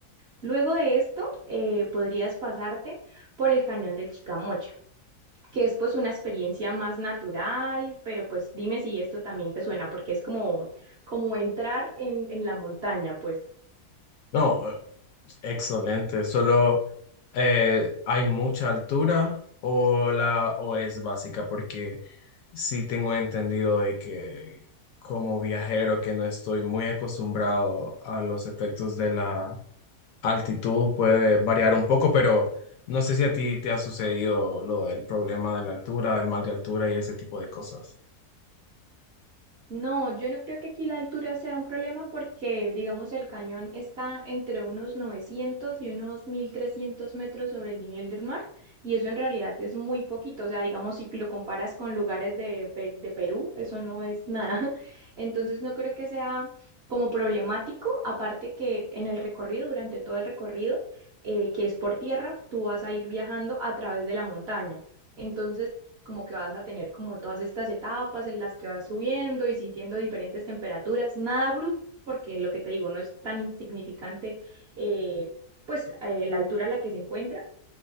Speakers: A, on the right; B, on the left.
A: Luego de esto, eh, podrías pasarte por el cañón del Chicamocha, que es pues una experiencia más natural, pero pues dime si esto también te suena, porque es como, como entrar en, en la montaña, pues.
B: No, eh, excelente. Solo eh, hay mucha altura o la o es básica porque Sí tengo entendido de que como viajero que no estoy muy acostumbrado a los efectos de la altitud puede variar un poco, pero no sé si a ti te ha sucedido lo del problema de la altura, del mal de altura y ese tipo de cosas.
A: No, yo no creo que aquí la altura sea un problema porque, digamos, el cañón está entre unos 900 y unos 1300 metros sobre el nivel del mar y eso en realidad es muy poquito. O sea, digamos, si lo comparas con lugares de, Pe- de Perú, eso no es nada. <laughs> Entonces, no creo que sea como problemático, aparte que en el recorrido, durante todo el recorrido, eh, que es por tierra, tú vas a ir viajando a través de la montaña. Entonces, como que vas a tener como todas estas etapas en las que vas subiendo y sintiendo diferentes temperaturas, nada brusco, porque lo que te digo, no es tan insignificante, eh, pues eh, la altura a la que se encuentra.